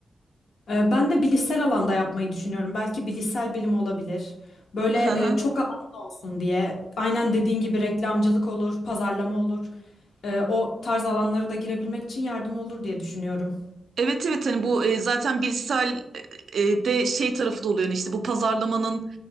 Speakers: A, on the left; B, on the right.
A: Ee, ben de bilişsel alanda yapmayı düşünüyorum. Belki bilişsel bilim olabilir. Böyle
B: Hı hı.
A: e, çok alanlı olsun diye. Aynen dediğin gibi reklamcılık olur, pazarlama olur. Ee, o tarz alanlara da girebilmek için yardım olur diye düşünüyorum.
B: Evet evet hani bu e, zaten Bilsel e, e, de şey tarafı da oluyor yani işte bu pazarlamanın